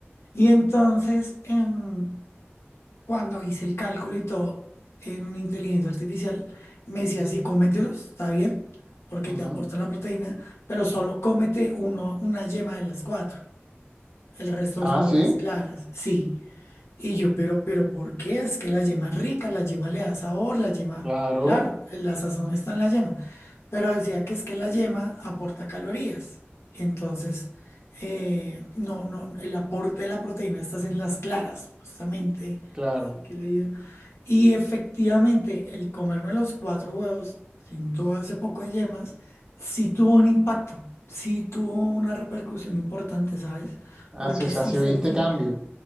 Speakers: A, on the left; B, on the right.
A: Y entonces, em, cuando hice el cálculo y todo en inteligencia artificial, me decía, sí, cómetelos, está bien, porque
B: ujú.
A: te aportan la proteína, pero solo cómete uno, una yema de las cuatro, el resto
B: Ah,
A: solo
B: sí,
A: las claras, sí. Y yo, pero, pero, ¿por qué? Es que la yema es rica, la yema le da sabor, la yema,
B: claro,
A: claro, la sazón está en la yema, pero decía que es que la yema aporta calorías, entonces, eh, no, no, el aporte de la proteína está en las claras, justamente,
B: claro.
A: es lo que he leído. Y efectivamente, el comerme los cuatro huevos sin todo ese poco de yemas, sí tuvo un impacto, sí tuvo una repercusión importante, ¿sabes?
B: Ah,
A: Porque
B: sí, o sea,
A: sí
B: sí
A: sentí.
B: viste cambio.